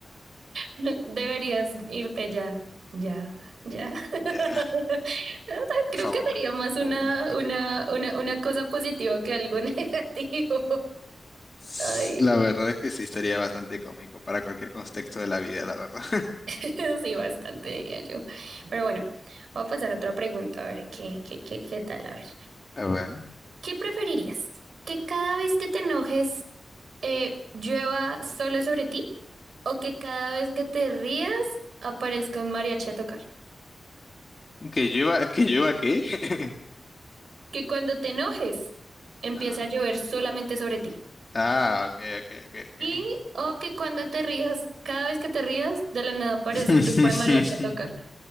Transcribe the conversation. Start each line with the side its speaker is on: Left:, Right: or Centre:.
Right: No, deberías irte ya, ya, ya. <laughs>
Left: Ya,
Right: O sea,
Left: Por
Right: Creo
Left: favor,
Right: que sería más
Left: por
Right: una,
Left: favor.
Right: una, una, una cosa positiva que algo <laughs> negativo.
Left: S-
Right: Ay,
Left: La verdad es que sí estaría bastante cómico para cualquier contexto de la vida, la verdad. <laughs>
Right: <laughs> sí, bastante diría yo. Pero bueno, voy a pasar a otra pregunta, a ver qué, qué, qué, qué tal, a ver.
Left: Ah, bueno.
Right: ¿Qué preferirías? ¿Que cada vez que te enojes eh, llueva solo sobre ti? ¿O que cada vez que te rías aparezca un mariachi a tocar?
Left: ¿Que llueva, que llueva qué? <laughs>
Right: ¿Que cuando te enojes empiece
Left: Ajá.
Right: a llover solamente sobre ti?
Left: Ah, ok, ok, ok,
Right: ¿Y o que cuando te rías, cada vez que te rías, de la nada aparece
Left: ok. <laughs>
Right: un grupo de mariachi a tocar?